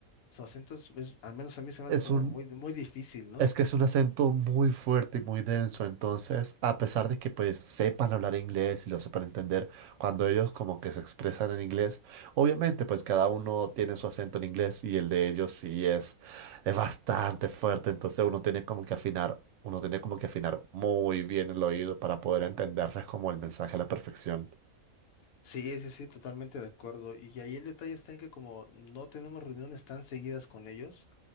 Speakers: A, on the left; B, on the right.
A: su acento es, es- al menos a mí se me
B: Es
A: hace como
B: un
A: muy, muy difícil, ¿no?
B: Es que es un acento muy fuerte y muy denso, entonces, a pesar de que pues sepan hablar inglés y lo sepan entender, cuando ellos como que se expresan en inglés, obviamente pues cada uno tiene su acento en inglés y el de ellos sí es, es bastante fuerte, entonces uno tiene como que afinar, uno tiene como que afinar muy bien el oído para poder entenderles como el mensaje a la perfección.
A: Sí, sí, sí, totalmente de acuerdo. Y ahí el detalle está en que como no tenemos reuniones tan seguidas con ellos,